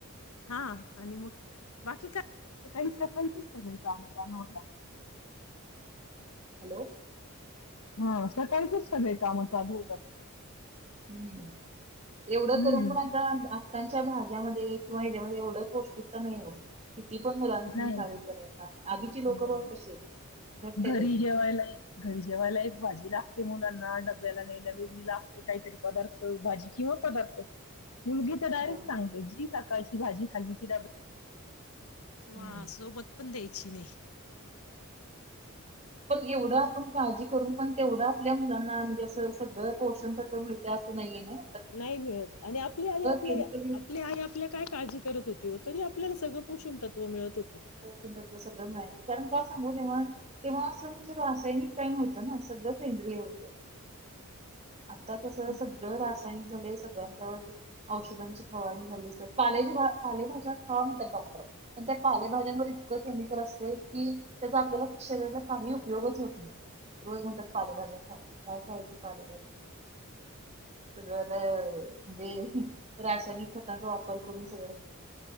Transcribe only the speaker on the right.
हॅलो
हम्म एवढं
करून पण आता आत्ताांच्या भाज्या भाज्यामध्ये किंवा हच्यामध्ये एवढं पौष्टिकता नाही ओ किती पण मुलां ला तुम्ही
काही करता आधीची लोक बघा
कशी आहे घट्ट आहे
अजून
हो.
हम्म.
पण एवढं आपण काळजी करून पण तेवढं आपल्या मुलांना म्हणजे असं सगळं पोर्शन तस मिळतय असं नाहीय नाही
केमिकल
पोषण तत्त्व सगळं मिळायचं कारण का सांगू तेव्हा तेव्हा अस म्हणजे रा सायनिक काही न्हवतं ना सगळं सेंद्रिय होतं <inaudible> आता कस
सगळं रासा यनिक झालय सगळ्यांच्या औषधांची फवारणी झाली पालेचे पालेभाज्या खावा म्हणतात डॉक्टर पण त्या पालेभाज्यांवर इतकं केमिकल असतय कि त्याचा आपल्याला शरीराला काहीही उपयोगच होत नाही. रोज म्हणतात, पालेभाज्या खावा काय खायची पालेभाजी. सगळं आता म्हणजे रासायनिक खताचा वापर करून सगळं